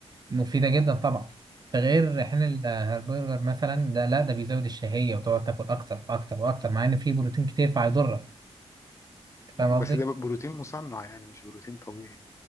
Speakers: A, on the right; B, on the left.
A: مفيدة جدا طبعا ده غير حين الهربرجر مثلا ده لا ده بيزود الشهية وتقعد تاكل أكتر وأكتر وأكتر مع إن فيه بروتين كتير فهيضرك أنت
B: مم.
A: فاهم
B: بس
A: قصدي؟
B: ده بقى بروتين مصنع يعني مش بروتين طبيعي